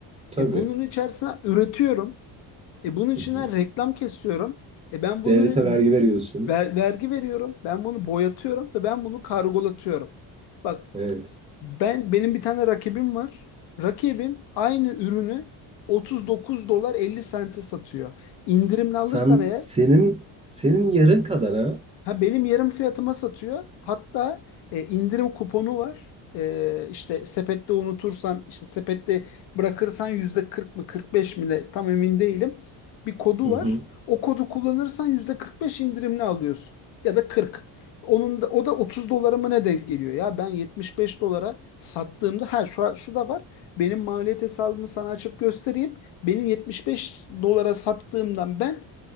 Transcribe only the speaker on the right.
Tabii.
Hı hı.
Devlete vergi veriyorsun.
Evet.
Sen
senin senin yarın kadar ha.
Hı
hı.